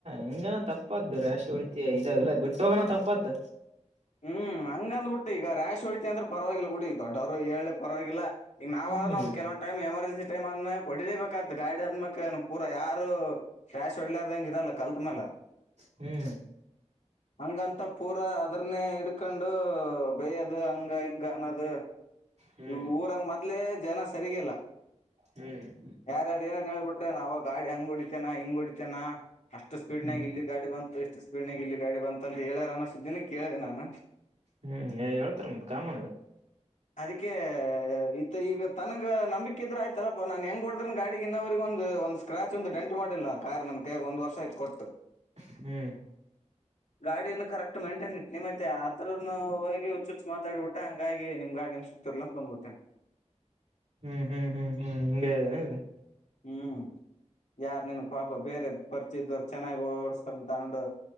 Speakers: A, on the right; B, on the left.
A: ಹಿಂಗನ ತಪ್ಪದ್ದು ರಾಶ ಉತಿ ಇದಾವಲ್ಲ ಬಿಟ್ಟ ತೊಗೋಣ ತಪ್ಪತ್
B: ಹ್ಮ್ ಹಂಗಂದ್ಬಿಟ್ ಟ್ಟೀಗ ರಾಷ್ ಹೊಡಿತಿ ಅಂದ್ರೆ ಪರ್ವಾಗಿಲ್ಲ ಬುಡಿ ದೊಡ್ಡವ್ರಾಗ್ ಹೇಳ್ಳಿ ಪರ್ವಾಗಿಲ್ಲ ಈಗ್ ನಾವಾರುನು
A: ಹ್ಮ್
B: ಒಂದ್ ಕೆಲವೊನ್ ಟೈಮ್ ಎಮರ್ಜೆನ್ಸಿ ಟೈಮ್ ಆದ್ಮೇಲ್ ಕೊಡಿಲೇಬೇಕಂತ ಗಾಡಿ <unintelligible> ಪೂರ ಯಾರು ರ್ಯಾಶ್ ಹೊಡ್ಲಾರ್ದಂಗೆ ಇರಲ್ಲ ಕಲ್ತ್ ಮೇಲ
A: ಹ್ಮ್
B: ಹಂಗಂತ ಪೂರಾ ದರ್ನ್ನೇ ಹಿಡ್ಕಂಡೂ ಬೇಯ್ಯದು ಹಂಗ ಹಿಂಗ ಅನ್ನದು
A: ಹ್ಮ್
B: ಈ ಊರಾಗ ಮೊದ್ಲೆೇ ಜನ ಸರಿಗಿಲ್ಲ
A: ಹ್ಮ್
B: ಯಾರ್ಯಾರ್ ಏನೇನ್ ಹೇಳ್ಬಿಟ್ <unintelligible> ಗಾಡಿ ಹಂಗ್ ಹೊಡಿತನ ಹಿಂಗ್ ಹೊಡಿತನ ಅಷ್ಟು ಸ್ಪೀಡ್
A: ಹ್ಮ್
B: ನಾಗ ಇಲ್ಲಿ ಗಾಡಿ ಬಂತು ಇಷ್ ತು ಸ್ಪೀಡ್ನಾಗ್ ಇಲ್ಲಿ ಗಾಡಿ ಬಂತ್ ಅಂತ ಹೇಳ್ಯಾರ ಅನ ಸುದ್ದಿ ಕೇಳ್ದೆ ನಾನು
A: ಹ್ಮ್ ಹೇಳ್ತರ ಮತ್ ಕಾಮನ್ ಅದ
B: ಅದಕ್ಕೆ ಆ ಈದ್ ಈಗ ತನಗ ನಂಬಿಕೆ ಇದ್ರ ಆಯ್ <unintelligible> ನಾನ್ ಹೆಂಗ ಹೊಡ್ದ್ರನ್ ಗಾಡಿಗೆ ಇನ್ನ ಅವ್ರಿಗೊಂದು ಒಂದು ಸ್ಕ್ರಾಚ್ ಷ್ಟೊಂದು ಡೆಂಟ್ ಮಾಡಿಲ್ಲ ಕಾರ್ ನಮ್ ಕೈಗ ಒಂದ ವರ್ಷ ಆಯ್ತ್ ಕೊಟ್ಟು
A: ಹ್ಮ್
B: ಗಾಡಿನ ಕರೆಕ್ಟ್ ಮೈಂಟೈನ್ ಇಟ್ ನಿಮ್ಮತ್ತ ಆತರನು ಹೋಗಿ ಹುಚ್ಚುಚ್ಚು ಮಾತಾಡ್ಬಿಟ್ಟೆ ಹಂಗಾಗಿ ನಿಮ್ಗಾ ನಿಮ್ <unintelligible> ಅಂತ ಬಂದ್ಬಿಟ್ಟೆ ನಾನ್
A: ಹ್ಮ್ ಹ್ಮ್ ಹ್ಮ್ ಹ್ಮ್
B: ಹ್ಮ್ ಯಾರ್ ನನ್ಗ್ ಪಾಪ ಬೇರೆ ಪರಿಚದವರು ಚೆನ್ನಾಗಿ ಓಡ್ಸ ತಾಂಡು